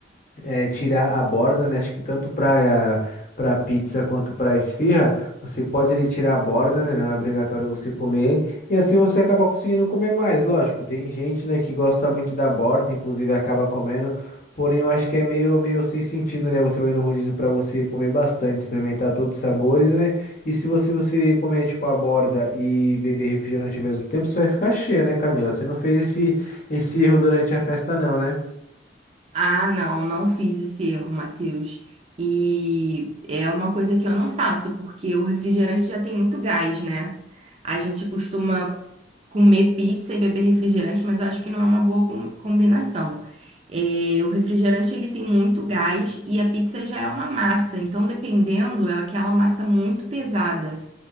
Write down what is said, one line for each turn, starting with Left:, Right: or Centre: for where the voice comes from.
Left: é, tirar a borda, né? Acho que tanto para para pizza quanto para esfirra, você pode ele tirar a borda, né? Não é obrigatório você comer. E assim você acaba conseguindo comer mais, lógico. Tem gente, né, que gosta muito da borda, inclusive acaba comendo. Porém, eu acho que é meio, meio sem sentido, né? Você vai no rodízio para você comer bastante, experimentar todos os sabores, né? E se você, você comer, tipo, a borda e beber refrigerante ao mesmo tempo, você vai ficar cheia, né, Camila? Você não fez esse, esse erro durante a festa, não, né?
Right: Ah, não, não fiz esse erro, Matheus. E é uma coisa que eu não faço, porque o refrigerante já tem muito gás, né? A gente costuma comer pizza e beber refrigerante, mas eu acho que não é uma boa com- combinação. É, o refrigerante ele tem muito gás e a pizza já é uma massa, então dependendo é aquela massa muito pesada